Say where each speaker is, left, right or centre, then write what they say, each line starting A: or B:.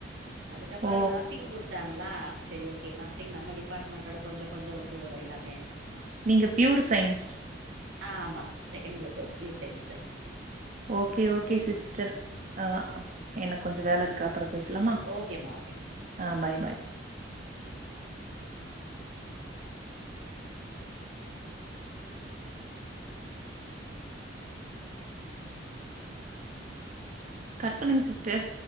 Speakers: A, on the right (about 85°); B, on the right (about 45°).
A: அதுக்கப்புற
B: ஓ!
A: நர்சிங் குடுத்தாங்க கலா சரி ஓகே நர்சிங் நம்ம டிபார்ட்மெண்டோட கொஞ்ச கொஞ்ச ஒத்து வரும் எல்லாமே
B: நீங்க பியூர் சைன்ஸ்
A: ஆ ஆமாம் second group of pure science
B: okay okay sister ஆஹ் எனக்கு கொஞ்ச வேலை இருக்கு அப்புற பேசலாமா
A: ஓகேம்மா ஓகேம்மா
B: ஆ பாய் பாய் கட் பண்ணுங்க சிஸ்டர்